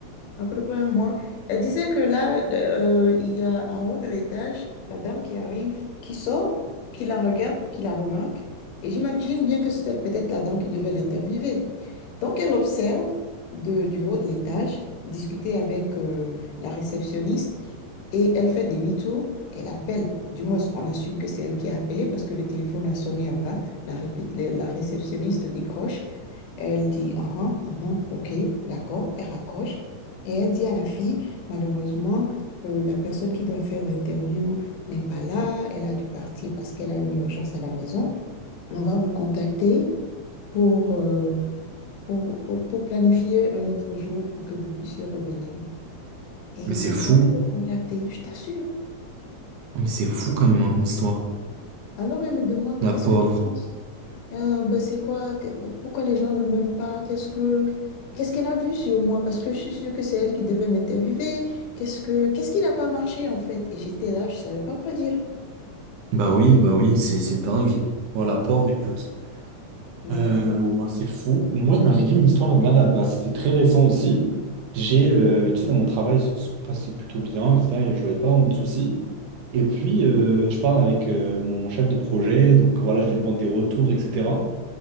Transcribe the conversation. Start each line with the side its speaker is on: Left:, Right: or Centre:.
Left: à peu près un mois. Elle disait que là, euh, il y a en haut de l'étage, la dame qui arrive, qui sort, qui la regarde, qui la remarque. Et j'imagine bien que c'était peut-être la dame qui devait l'interviewer. Donc, elle observe de, du haut de l'étage, discuter avec euh, la réceptionniste et elle fait demi-tour. Elle appelle, du moins on assume que c'est elle qui a appelé parce que le téléphone a sonné en bas. La, répé- la réceptionniste décroche. Elle dit, ah, ah, ah, ah, ok, d'accord. Elle raccroche. Et elle dit à la fille, malheureusement, euh, la personne qui doit faire l'interview n'est pas là, elle a dû partir parce qu'elle a une urgence à la maison. On va vous contacter pour, euh, pour, pour, pour planifier un autre jour pour que vous puissiez revenir. Et
Right: Mais
Left: ils
Right: c'est
Left: l'ont
Right: fou.
Left: jamais recontactée, je t'assure.
Right: Mais c'est fou quand même, hein, comme histoire.
Left: Alors elle me demande,
Right: La
Left: qu'est-ce
Right: pauvre.
Left: que tu penses? Euh, ben, c'est quoi? que- Pourquoi les gens ne m'aiment pas? Qu'est-ce que, qu'est-ce qu'elle a vu sur moi? Parce que je suis sûre que c'est elle qui devait m'interviewer. Qu'est-ce que, qu'est-ce qui n'a pas marché en fait? Et j'étais là, je savais pas quoi dire.
Right: Bah oui, bah oui, c'est c'est dingue. Moi, la pauvre, écoute.
Left: Ouais.
Right: Euh, moi, c'est fou. Moi, il m'est arrivé une histoire là, là-bas. C'était très récent aussi. J'ai, euh, tu sais, dans mon travail, ça se passait plutôt bien, etc. Et je voyais pas vraiment de soucis. Et puis, euh, je parle avec euh, mon chef de projet. Donc, voilà, je lui demande des retours, etc.